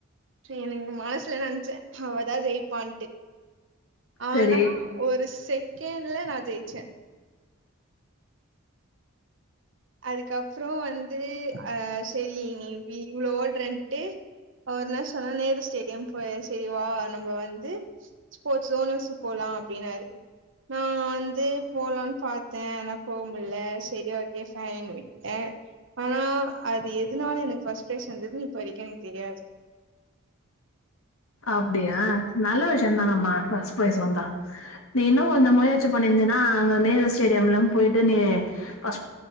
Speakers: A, on the right; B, on the left.
A: எனங்கு மனசுல நெனச்ச அவதா ஜெயிப்பான்ட்டு ஆனா
B: சரி
A: ஒரு செக் கென்ட்ல நா ஜெய்ச்சே அதுக்கப்றோ வந்து அ சரி நீ வி இவ்ளோ ஓட்ரண்ட் டு அவர்ன்னஸ் அதா நேரு ஸ்டேடியம் போய சேரி வா நம்ப வந்து ஸ்போர்ட்ஸ் ஓனர்ஸு போலா அப்டின்னாரு நா வந்து போலான் பாத்த ஆனா போக முல்ல செரி ஓ கே ஃபைன்னு விட்ட ஆனா அது எதுனால எனக் ஃபஸ்ட் ப்ரைஸ் வந்துதுனு இப்ப வரைக்கு எனக்கு தெரியாது
B: அப்டியா நல்ல விஷயந்தானம்மா ஃபஸ்ட் ப்ரைஸ் வந்தா நீ இன்னுங் கொஞ்ச முயற்சி பண்ணிருந்தினா அங்க நேரு ஸ்டேடியம்லா போய்ட்டு நீ ஃபஸ்